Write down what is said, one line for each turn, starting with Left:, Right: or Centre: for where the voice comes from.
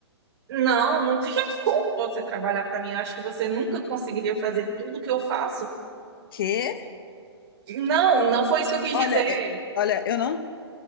Right: Não, não tem <laughs> como você trabalhar para mim. Eu acho que você nunca conseguiria fazer tudo que eu faço.
Left: Que?
Right: Não, não foi isso que eu quis dizer.
Left: Olha, é- olha, eu não,